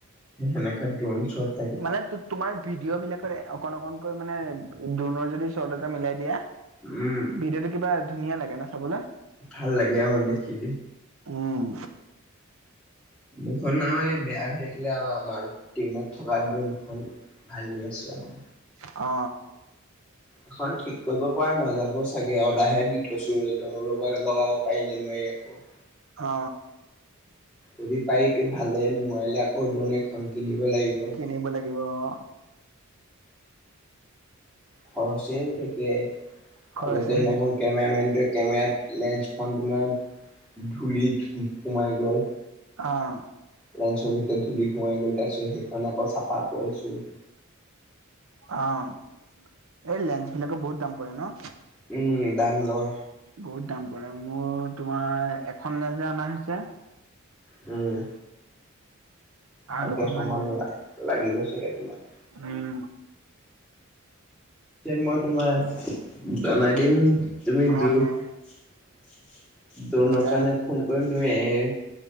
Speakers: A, in the centre; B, on the right.
A: সেনেকা ড্ৰন চত।
B: মানে তো তোমাৰ ভিডিঅ' বিলাকত অকন অকনকৈ মানে ড্ৰণৰ যদি শ্বৰ্ট এটা মিলাই দিয়া।
A: উম।
B: ভিডিঅ'টো কিবা ধুনীয়া লাগে না চাবলে।
A: ভাল লাগে অহ দেখি।
B: উম।
A: মুখন আৰু এই বেয়া থাকিলে, আৰু আমাৰ টিমত থকা ড্ৰনখন। ভাঙি আছে আৰু।
B: অ।
A: এখন ঠিক কৰিব পৰা নাযাব চাগে, অৰ্ডাৰ হে দি থৈছো ৰ ৰ'বা লগাব পাৰি নে নোৱাৰি <unintelligible>
B: অ।
A: যদি পাৰি ত' ভালে, নোৱাৰিলে আকৌ ড্ৰন এখন কিনিব লাগিব।
B: কিনিব লাগিব অহ।
A: খৰচেই হৈ থাকে,
B: খৰচে
A: আগতে সেইদিনাখন
B: হৈ থাকে
A: কেমেৰা মেনটোৱে কেমেৰাত লেন্সখন তোমাৰ ধূলিত সোমাই গ'ল।
B: অহ।
A: লেন্সৰ ভিতৰত ধূলি সোমাই গ'ল, তাৰপিছত সেইকাৰনে আকৌ চাফা কৰিছো।
B: অ' এই লেন্স বিলাকৰ বহুত দাম পৰে ন।
A: উম দাম লয়।
B: বহুত দাম পৰে মোৰ তোমাৰ এখন লেন্সহে অনা হৈছে।
A: উম। আৰু
B: দুখনমান
A: কেই শ মান
B: লৈ ল'বা
A: লা-লাগিব চাগে তোমাক?
B: উম।
A: মই তোমাৰ জনাই দিম। তুমি দু,
B: অ', অ',
A: ড্ৰনৰ
B: এতিয়া
A: কাৰণে ফোন কৰিম তুমি এ